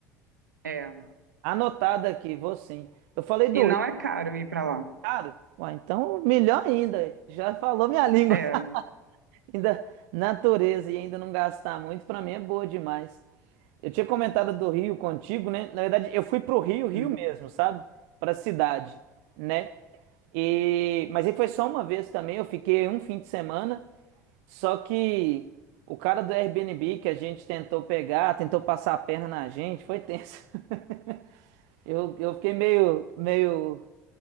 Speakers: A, on the right; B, on the right.
A: É.
B: Anotado aqui, vou sim. Eu falei do
A: E não
B: Rio,
A: é caro ir pra lá.
B: cara. Ué, então, melhor ainda. Já falou minha língua.
A: É,
B: <laughs> Ainda natureza e ainda não gastar muito, pra mim é boa demais. Eu tinha comentado do Rio contigo, né? Na verdade, eu fui pro Rio, Rio
A: sim.
B: mesmo, sabe? Pra cidade, né? E mas aí foi só uma vez também, eu fiquei um fim de semana, só que o cara do Airbnb que a gente tentou pegar, tentou passar a perna na gente, foi tenso. <laughs> Eu, eu fiquei meio, meio